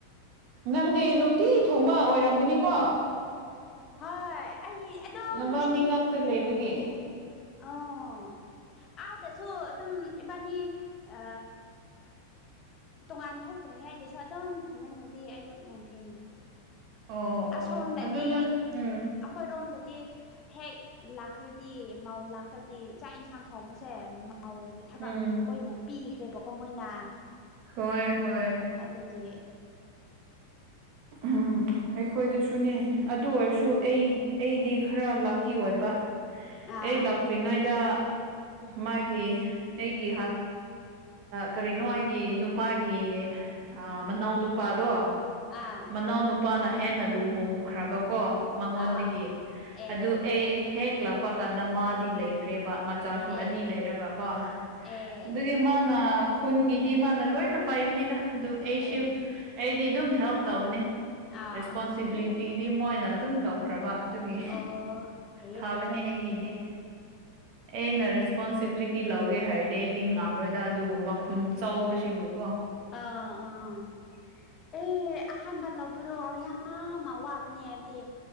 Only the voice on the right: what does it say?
ꯅꯪꯗꯤ ꯅꯨꯡꯇꯤ ꯊꯣꯡꯕ ꯑꯣꯏꯔꯝꯒꯅꯤ ꯀꯣ
ꯅꯕꯥꯅꯤ
ꯉꯥꯛꯇ ꯂꯩꯕꯒꯤ
ꯑꯣ
ꯑꯣ ꯑꯗꯨꯅ ꯎꯝ
ꯎꯝ
ꯍꯣꯏ ꯍꯣꯏ
ꯎꯝ ꯑꯩꯈꯣꯏꯗꯁꯨꯅꯦ ꯑꯗꯨ ꯑꯣꯏꯔꯁꯨ
ꯑꯩ ꯑꯩꯗꯤ ꯈꯔ ꯂꯛꯀꯤ ꯑꯣꯏꯕ
ꯑꯩ ꯂꯛ ꯇ꯭ꯔꯤꯉꯩꯗ ꯃꯥꯒꯤ ꯑꯩꯒꯤ ꯑ ꯀꯔꯤꯅꯣ ꯑꯩꯒꯤ ꯅꯨꯄꯥꯒꯤ ꯃꯅꯥꯎ ꯑ ꯅꯨꯄꯥꯗꯣ
ꯃꯅꯥꯎ ꯅꯨꯄꯥꯅ ꯍꯦꯟꯅ ꯂꯨꯍꯣꯡꯈ꯭ꯔꯕꯀꯣ ꯃꯉꯣꯟꯗꯒꯤ
ꯑꯗꯨ ꯑꯦ ꯍꯦꯛ ꯂꯥꯛꯄ ꯀꯥꯟꯗ ꯃꯥꯗꯤ ꯂꯩꯈ꯭ꯔꯦꯕ ꯃꯥ ꯃꯆꯥꯁꯨ
ꯑꯅꯤ ꯂꯩꯔꯒ ꯀꯣ
ꯑꯗꯨꯒꯤ
ꯃꯥꯅ ꯈꯨꯟꯒꯤꯗꯤ ꯃꯥꯅ ꯂꯣꯏꯅ ꯄꯥꯏꯕꯅꯤꯗ ꯑꯗꯨ ꯑꯩꯁꯨ
ꯑꯩ ꯗꯤ ꯑꯗꯨꯝ ꯍꯦꯜꯞ ꯇꯧꯕꯅꯦ
ꯔꯦꯁꯄꯣꯟꯁꯤꯕꯤꯂꯤꯇꯤꯗꯤ
ꯃꯣꯏꯅ ꯑꯗꯨꯝ ꯂꯧ ꯈ꯭ꯔꯕ ꯑꯗꯨꯒꯤ
ꯐꯕꯅꯦ
ꯑꯩꯒꯤꯗꯤ ꯑꯩꯅ
ꯔꯦꯁꯄꯣꯟꯁꯤꯕꯤꯂꯤꯇꯤ ꯂꯧꯒꯦ ꯍꯥꯏ ꯑꯩꯗꯤ ꯉꯥꯝꯔꯣꯏꯗ ꯑꯗꯨꯒꯨꯝꯕ ꯈꯨꯟ ꯆꯧꯕꯁꯤꯕꯨ ꯀꯣ